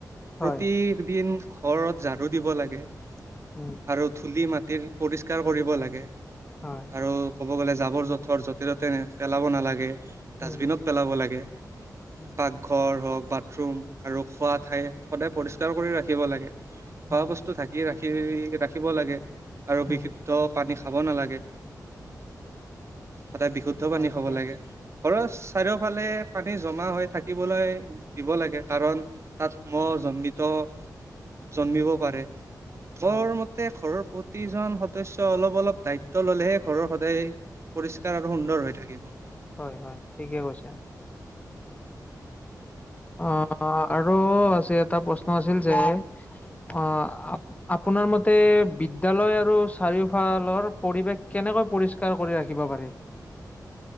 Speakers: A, on the left; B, on the right.
A: হয়
B: প্ৰতিদিন ঘৰত ঝাৰু দিব লাগে।
A: উম
B: আৰু ধূলি মাটিৰ পৰিষ্কাৰ কৰিব লাগে।
A: হয়
B: আৰু ক'ব গ'লে জাবৰ জোথৰ যতি ততে পেলাব নালাগে।
A: উম
B: ডাষ্টবিনত পেলাব লাগে।
A: উম
B: পাকঘৰ হওক বা ৰুম আৰু খোৱা ঠাই সদায় পৰিস্কাৰ কৰি ৰাখিব লাগে। খোৱা
A: হয়
B: বস্তু ঢাকি ৰাখি ৰাখিব লাগে আৰু বিশুদ্ধ
A: উম
B: পানী খাব নালাগে। সদায় বিশুদ্ধ পানী
A: হয়
B: খাব
A: ঠিকে
B: লাগে।
A: কৈছে
B: ঘৰৰ চাৰিওফালে পানী জমা হৈ থাকিবলৈ দিব লাগে কাৰণ তাত মহ জন্মিত জন্মিব পাৰে বৰ
A: হয়
B: তে ঘৰৰ প্ৰতিজন সদস্য অলপ অলপ দায়িত্ব ললেহে ঘৰৰ সদায় পৰিষ্কাৰ আৰু সুন্দৰ হৈ থাকিব।
A: হয় হয় ঠিকে কৈছা। অ আৰু আ এটা প্ৰশ্ন আছিল যে অ আপোনাৰ মতে বিদ্যালয় আৰু চাৰিওফালৰ পৰিৱেশ কেনেকৈ পৰিষ্কাৰ কৰি ৰাখিব পাৰি?